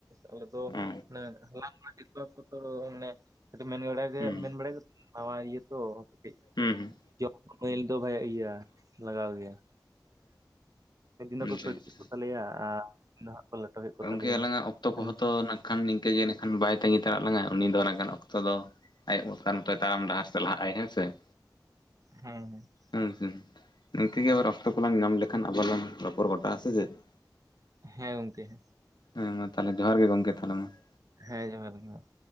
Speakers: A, on the right; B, on the left.
A: ᱟᱞᱮ ᱫᱚ
B: ᱚ
A: ᱢᱟᱱᱮ ᱦᱚᱞᱟᱱ ᱢᱟᱫᱷᱮᱨ ᱠᱚᱨᱮ ᱠᱚᱛᱚ ᱢᱟᱱᱮ ᱢᱮᱱ ᱵᱟᱲᱟᱭ
B: ᱦᱩᱸ
A: ᱢᱮᱱ ᱵᱟᱲᱟᱭᱮᱫ ᱱᱟᱣᱟ ᱤᱭᱟᱹ ᱛᱚ ᱠᱟᱹᱴᱤᱡᱽ
B: ᱦᱚᱸ ᱦᱚᱸ
A: ᱡᱚᱢ ᱠᱚ ᱫᱚ ᱵᱷᱟᱭᱤᱞ <unintelligible> ᱞᱟᱜᱟᱣ ᱜᱮᱭᱟ ᱢᱤᱫ ᱫᱤᱱ ᱫᱚ
B: ᱟᱪᱪᱷᱟ
A: ᱠᱚ ᱥᱚᱲᱮ
B: ᱟᱪᱪᱷᱟ
A: ᱠᱮᱫ ᱠᱚ ᱛᱟᱞᱮᱭᱟ ᱟᱨ ᱛᱮᱦᱮᱧ ᱫᱚᱱᱷᱟᱜ ᱠᱚ ᱞᱮᱴᱚ ᱠᱮᱫ ᱠᱚ
B: ᱜᱚᱝᱠᱮ
A: ᱛᱟᱞᱮᱭᱟ
B: ᱟᱞᱟᱝᱟᱜ ᱚᱠᱛᱚ
A: ᱦᱮᱸ
B: ᱠᱚᱦᱚᱸ ᱚ ᱱᱟᱸᱜ ᱠᱷᱟᱱ ᱱᱤᱝᱠᱟᱹ ᱜᱮ ᱵᱟᱭ ᱛᱟᱹᱜᱤ ᱛᱟᱲᱟ ᱞᱟᱝᱟᱭ ᱩᱱᱤ ᱫᱚ ᱩᱱᱟᱹᱜ ᱜᱟᱱ ᱚᱠᱛᱚ ᱫᱚ <unintelligible> ᱛᱟᱲᱟᱢ ᱰᱟᱦᱟᱨ ᱛᱮ ᱞᱟᱦᱟᱜᱼ ᱟᱭ ᱦᱮᱸ ᱥᱮ ᱾
A: ᱦᱮᱸ ᱦᱮᱸ ᱾
B: ᱦᱮᱸ ᱦᱩᱸ ᱱᱤᱝᱠᱟᱹ ᱜᱮ ᱟᱵᱟᱨ ᱚᱠᱛᱚ ᱠᱚᱞᱟᱝ ᱧᱟᱢ ᱞᱮᱠᱷᱟᱱ ᱟᱵᱟᱨ ᱞᱟᱝ ᱨᱚᱯᱚᱲ ᱜᱚᱴᱟᱜ ᱥᱮ ᱪᱮ ᱾
A: ᱦᱮᱸ ᱜᱚᱝᱠᱮ ᱾
B: ᱦᱮᱸ ᱢᱟ ᱛᱟᱦᱞᱮ ᱡᱚᱦᱟᱨ ᱜᱮ ᱜᱚᱝᱠᱮ ᱛᱟᱦᱚᱞᱮ ᱢᱟ ᱾
A: ᱦᱮᱸ ᱡᱚᱦᱟᱨ ᱜᱮ ᱾